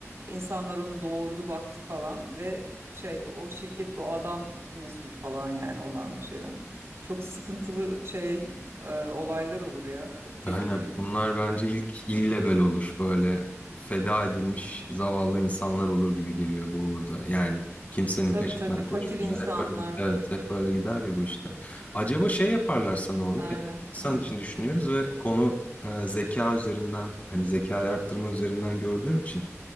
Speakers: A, on the right; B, on the left.
A: insanlar onu doğurdu baktı falan ve şey o şirket bu adam mesul falan yani olan bir şeyden. Çok sıkıntılı şey e, olaylar olur ya. Çok tehlikeli.
B: Aynen. Bunlar bence ilk illegal olur. Böyle feda edilmiş zavallı insanlar olur gibi geliyor bu uğurda. Yani kimsenin
A: Tabii
B: peşinden
A: tabii fakir
B: koşmayacağı.
A: insanlar.
B: Hep öyle, evet, hep öyle gider ya bu işler. Acaba şey yaparlarsa ne olur?
A: Aynen
B: Hep insan
A: aynen.
B: için düşünüyoruz ve konu e, zeka üzerinden, hani zekayı arttırma üzerinden gördüğüm için.